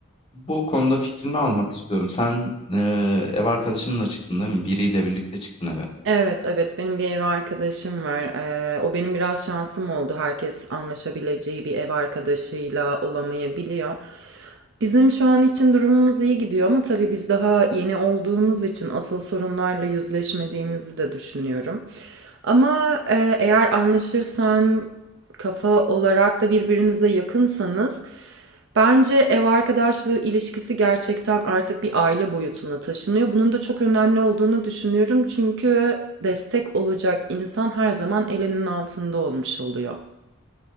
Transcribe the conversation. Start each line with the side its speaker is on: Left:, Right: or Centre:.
Left: bu konuda fikrini almak istiyorum. Sen eee, ev arkadaşınla çıktın değil mi? Biriyle birlikte çıktın eve.
Right: Evet, evet, benim bir ev arkadaşım var. Eee, o benim biraz şansım oldu. Herkes anlaşabileceği bir ev arkadaşıyla olamayabiliyor. Bizim şu an için durumumuz iyi gidiyor ama tabii biz daha yeni olduğumuz için asıl sorunlarla yüzleşmediğimizi de düşünüyorum. Ama, eee, eğer anlaşırsan, kafa olarak da birbirinize yakınsanız Bence ev arkadaşlığı ilişkisi gerçekten artık bir aile boyutuna taşınıyor. Bunun da çok önemli olduğunu düşünüyorum. Çünkü destek olacak insan her zaman elinin altında olmuş oluyor.